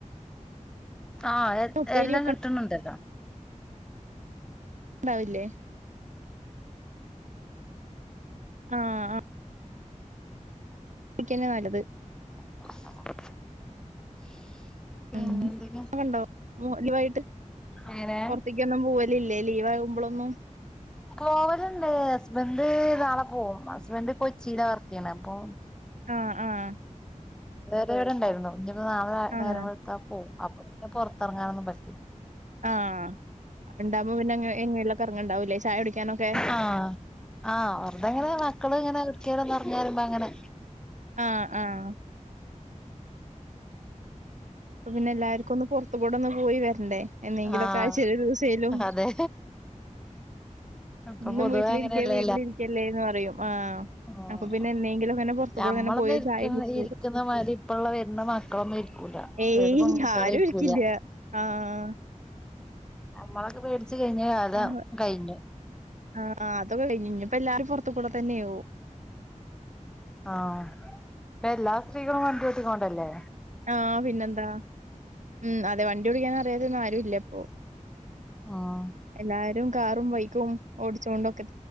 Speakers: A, in the centre; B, on the right.
A: ആഹ്
B: ഉപ്പേരി
A: എല്ലം
B: ഒക്കെ
A: കിട്ടുണ് ഇണ്ടല്ലോ
B: ഉണ്ടാവില്ലേ ആഹ് ആഹ് <unintelligible> തന്നെ നല്ലത്
A: <inaudible> പിന്നെന്തൊക്കെ
B: ഉം ഉണ്ടോ <unintelligible>
A: അങ്ങനെ
B: പുറത്ത്ക്ക് ഒന്നും പോവല് ഇല്ലേ ലീവ് ആകുമ്പോളൊന്നും
A: പോവലുണ്ട് ഹസ്ബൻഡ് നാളെ പോക്കും ഹസ്ബൻഡ് കൊച്ചിയിലെ വർക്ക് ചെയ്യണ് അപ്പോ ഉം
B: ആഹ് ആഹ്
A: വേറെ ഇവിടെ ഉണ്ടായിരുന്നു ഇഞ്ഞിപ്പോ നാളെ
B: ആഹ്
A: നേരമ്പോ അ പോവും അപ്പൊ പിന്നെ പുറത്തിറങ്ങാനൊന്നും പറ്റി
B: ആഹ് ഉണ്ടാകുമ്പോ പിന്നെ എങ്ങനെയുള്ള കറങ്ങങ്ണ്ടാവൂല്ലേ ചായ കുടിക്കാനൊക്കെ
A: ആഹ് ആഹ് വെറുതെങ്ങനെ മക്കള് ഇങ്ങനെ എവിടേക്കേലും ഒന്ന് എറങ്ങാ പറിയുബോ അങ്ങനെ
B: ആഹ് ആഹ് അപ്പം പിന്നെ എല്ലാർക്കും ഒന്ന് പുറത്ത കൂടെ ഒന്ന് പോയി വരണ്ടേ എന്നെങ്കിലൊക്കെ
A: ആഹ്
B: ആയ്ച്ചയില് ഒര് ദിവസേയിലും
A: അതെ ഇപ്പൊ
B: എന്നും
A: പൊതുവെ
B: വീട്ടിലിരിക്ക
A: അങ്ങനെയല്ലേ
B: വീട്ടിലിരിക്കല്ലേന്ന് പറയും ആഹ്
A: ആഹ്
B: അപ്പൊ പിന്നെ എന്നെങ്കിലൊക്കെങ്ങനെ പൊറത്തു
A: ഞമ്മളൊന്നും
B: കൂടെ ഇങ്ങനെ പോയി ഒരു
A: ഇരിക്ക
B: ചായ കുടിച്ച്
A: ഇരിക്കുന്ന
B: വരും
A: മാതിരി ഇപ്പള്ള വരുന്ന മക്കളൊന്നും ഇരിക്കൂല
B: ഏയ്
A: ഏത് പെൺ കൂട്ടിആളും
B: ആരും
A: ഇരിക്കൂല
B: ഇരിക്കില്ല ആഹ്
A: ഞമ്മളൊക്കെ പേടിച്ചു കഴിഞ്ഞ കാലം
B: ആഹ്
A: കഴിഞ്ഞു
B: ആഹ് അതൊക്കെ കഴിഞ്ഞു ഇനിയിപ്പോ എല്ലാരും പുറത്ത്കൂടെ തന്നെയാവും
A: ആ ഇപ്പൊ എല്ലാ സ്ത്രീകളും വണ്ടി ഓട്ടിക്കോണ്ടല്ലേ
B: ആഹ് പിന്നെന്താ ഉം അതെ വണ്ടി ഓടിക്കാന അറിയാതെ ഒന്നും ആരു ഇല്ല ഇപ്പൊ
A: ആഹ്
B: എല്ലാരും കാറും ബൈക്കും ഓടിച്ചൊണ്ട്